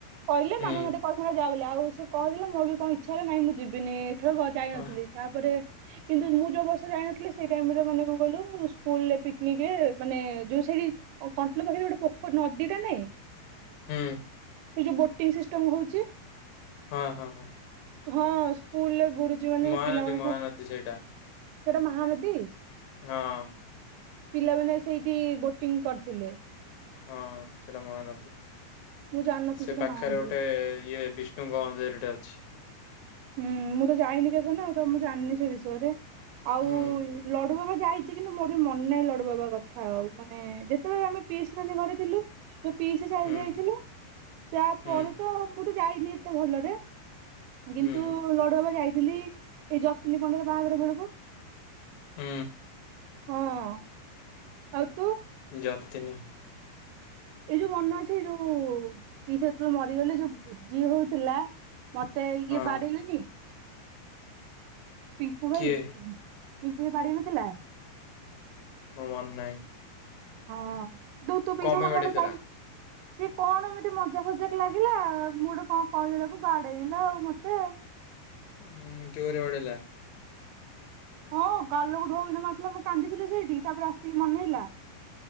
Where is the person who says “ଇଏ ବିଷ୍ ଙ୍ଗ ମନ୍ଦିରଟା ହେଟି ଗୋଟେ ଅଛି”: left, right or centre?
Left